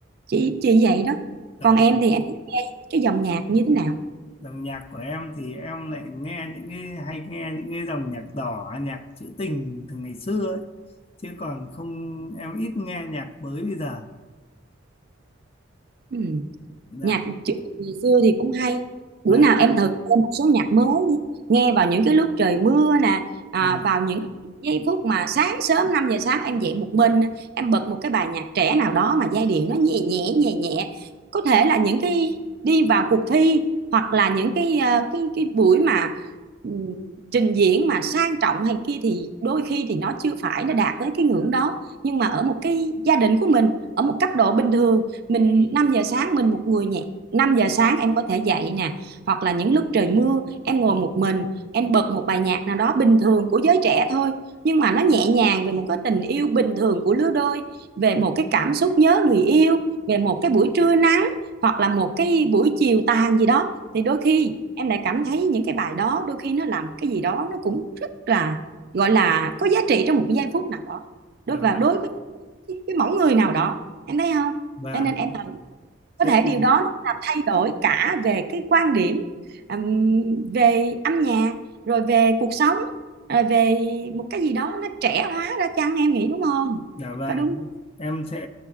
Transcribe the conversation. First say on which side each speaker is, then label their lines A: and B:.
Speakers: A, on the right; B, on the left.
A: chị chị vậy đó
B: dòng,
A: còn em thì em thích nghe cái dòng nhạc như thế nào
B: dòng nhạc của em thì em lại nghe những cái hay nghe những cái dòng nhạc đỏ nhạc trữ tình từ ngày xưa ấy chứ còn không em ít nghe nhạc mới bây giờ
A: ừ.
B: dạ
A: nhạc trữ ngày xưa thì cũng hay bữa
B: dạ
A: nào em thử thêm một số nhạc mới đi nghe vào những cái lúc trời mưa nè à,
B: dạ
A: vào những giây phút mà sáng sớm 5 giờ sáng em dậy một mình em bật một cái bài nhạc trẻ nào đó mà giai điệu nó nhẹ nhẹ nhẹ nhẹ có thể là những cái đi vào cuộc thi hoặc là những cái ờ, cái cái buổi mà ừm, trình diễn mà sang trọng hay kia thì đôi khi thì nó chưa phải nó đạt tới cái ngưỡng đó nhưng mà ở một cái gia đình của mình ở một cấp độ bình thường mình 5 giờ sáng mình một người nhẹ 5 giờ sáng em có thể dậy nè hoặc là những lúc trời mưa em ngồi một mình em bật một bài nhạc nào đó bình thường của giới trẻ thôi nhưng mà nó nhẹ nhàng về một cái tình yêu bình thường của lứa đôi về một cái cảm xúc nhớ người yêu về một cái buổi trưa nắng hoặc là một cái buổi chiều tàn gì đó thì đôi khi em lại cảm thấy những cái bài đó đôi khi nó làm cái gì đó nó cũng rất là gọi là có giá trị trong một cái giây phút nào đó
B: dạ
A: đối và
B: vâng
A: đối với cái, cái mẫu người nào đó em thấy không
B: vâng
A: cho nên em có
B: thế
A: thể
B: thì
A: điều đó nó làm thay đổi cả về cái quan điểm ừm, về âm nhạc rồi về cuộc sống rồi về một cái gì đó nó trẻ hóa ra chăng em nghĩ đúng không
B: Dạ vâng,
A: có đúng không?
B: em sẽ